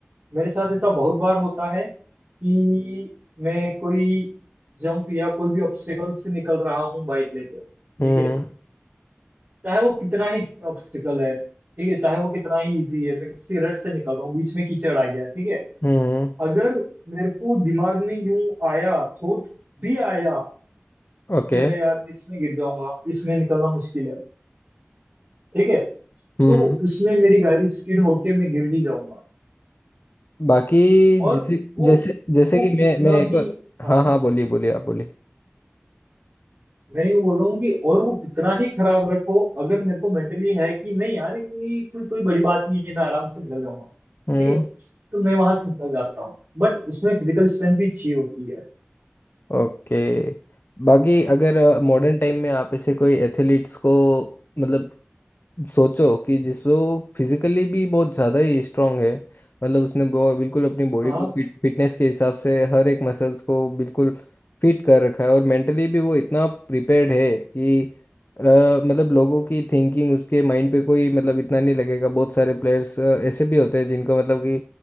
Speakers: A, on the right; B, on the left.
A: मेरे साथ ऐसा बहुत बार होता है कि मैं कोई जंप या कोई भी ऑब्स्टिकल से निकल रहा हूँ बाइक लेते हुए
B: हम्म
A: ठीक है चाहे वो कितना ही ऑब्स्टिकल है ठीक है चाहे वो कितना ही इजी है मैं किसी रट से निकल रहा हूँ बीच में कीचड़ आ गया ठीक है
B: हम्म
A: अगर मेरे को दिमाग में यूं आया थोट भी आया
B: ओके
A: कि अरे यार मैं इसमें गिर जाऊंगा इसमें निकलना मुश्किल है ठीक है
B: हम्म
A: तो उसमें मेरी गाड़ी स्किड होके मैं गिर ही जाऊंगा
B: बाकी
A: और
B: जैसे
A: वो
B: जैसे जैसे
A: वो
B: कि
A: कितना
B: मैं मैं एक
A: ही
B: और
A: हाँ
B: हाँ हाँ बोलिए बोलिए आप बोलिए
A: नहीं, मैं यूं बोल रहा हूँ कि और वो कितना ही खराब रट हो अगर मेरे को मेंटली है कि नहीं यार ये कोई कोई बड़ी बात नहीं है मैं आराम से निकल जाऊंगा
B: हम्म
A: ठीक है तो मैं वहां से निकल जाता हूँ बट उसमें फिजिकल स्ट्रेंथ भी चाहिए होती है
B: ओके बाकी अगर मॉडर्न
A: हम्म,
B: टाइम में आप ऐसे कोई एथलीट्स को मतलब सोचो कि जिसको फिजिकली भी बहुत ज़्यादा ही स्ट्रांग है मतलब उसने बहु- बिल्कुल अपनी बॉडी
A: हाँ
B: को फिट, फिटनेस के हिसाब से हर एक मसल्स को बिल्कुल फिट कर रखा है और मेंटली भी वो इतना प्रिपेयर्ड है कि अ, मतलब लोगों की थिंकिंग उसके माइंड पे कोई मतलब इतना नहीं लगेगा बहुत सारे प्लेयर्स ऐसे भी होते हैं जिनको मतलब कि